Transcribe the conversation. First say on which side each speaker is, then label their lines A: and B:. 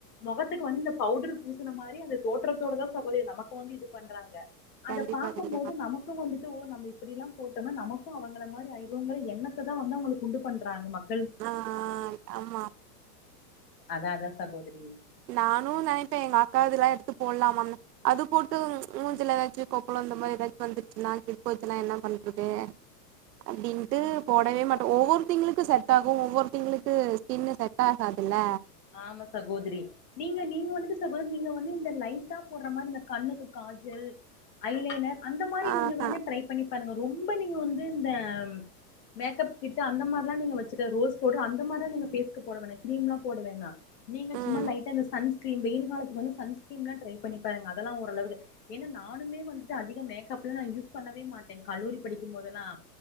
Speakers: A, on the left (about 75°); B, on the right (about 80°).
A: முகத்துக்கு வந்து இந்த பவுடர் பூசின மாதிரி அந்த தோற்றத்தோடதான் சகோதரிய நமக்கு வந்து இது பண்றாங்க அத
B: கண்டிப்பா
A: பாார்கக்கும்போது
B: கண்டிப்பா
A: நமக்கும் வந்து போ நம்ம இப்படில்லாம் போ ட்டு நமக்கும் அவங்க மாதிரி ஆயவங்கிற எண்ணத்தை தான் வந்து அவங்களுக்கு கொண்டு பண்றாங்க மக் கள்
B: ஆஹ் ஆமா
A: அதா அதா சகோதிரி
B: நானும் நினைப்பேன் எங்க அக்கா இதெல்லாம் எடுத்து போடலாமாம் அது போட்டு மூஞ்சல ஏதாச்சும் கொப்பளம் இந்த மாதிரி ஏதாச்சும் வந்துச்சுன்னா கிட வச்சுனா என்ன பண்றது அப்படின்ட்டு போடவே மாட்டோம் ஒவ்வொரு திங்களுக்கும் செட் ஆகும் ஒவ்வொரு திங்களுக்கு ஸின்னுு செட் ஆகாதுல்ல
A: ஆமா சகோதிரி நீங்க நீங்க வந்து சகோத நீங்க வந்து இந்த லைட்டா போடுற மாதிரி இந்த கண்ணுக்கு காஜல் அயலனர் அந்த மாதிரி
B: ஆஹா
A: நீங்க வேணும்ட்ரை பண்ணி பாருங்க ரொம்ப நீங்க வந்து இந்த மேக்கப் கிட்டு அந்த மாதிராம் நீங்க வச்சக்க ரோஸ் பவுடர் அந்த மாதிரி தான் நீங்க பேஸ்கு போட வேணாம் கிரீம்லாம் போடுவேனா நீங்க
B: ம்
A: சும்மா லைட்டா இந்த சன் ஸ்கீம் வெயில் காலத்துக்கு வந்து சன்ஸ்க்ரீம் எல்லாம் ட்ரை பண்ணி பாருங்க அதெல்லாம் ஓரளவு ஏன்னா நானுமே வந்துட்டு அதிக மேக்கப்லாம் யூஸ் பண்ணவே மாட்டேன் கல்லூரி படிக்கும் போதெல்லாம்